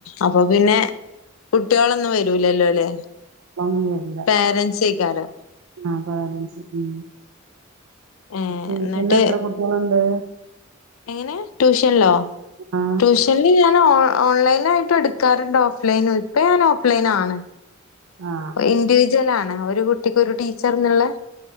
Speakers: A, on the left; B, on the right.
A: അപ്പൊ പിന്നെ കുട്ടികളൊന്നും വരൂലല്ലോ ല്ലേ?
B: ഒന്നും വരില്ല
A: പേരൻസേക്കാരം
B: ആ പാലൻസ് ഉ
A: ഏഹ്
B: ട്യൂഷന്ന്
A: എന്നിട്ട്
B: എത്ര കുട്ടികളുണ്ട്?
A: എങ്ങനെ ട്യൂഷനിലോ
B: ആ
A: ട്യൂഷനിൽ ഞൻഓ ഓൺലൈൻ ആായിട്ട് എടുക്കാറുണ്ട് ഓഫ്ലൈൻ. അപ്പ ഞാൻ ഓഫ്ലൈൻ ആണ്.
B: ആ
A: ഇൻിവിജ്ല ആാണ് ഒരു കുട്ട ട്ടിക്ക് ഒരു ടീച്ചർന്നുള്ളേ?